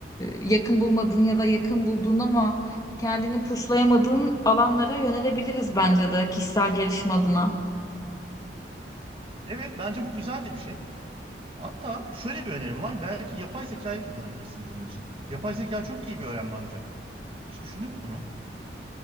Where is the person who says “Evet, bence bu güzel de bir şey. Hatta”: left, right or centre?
Right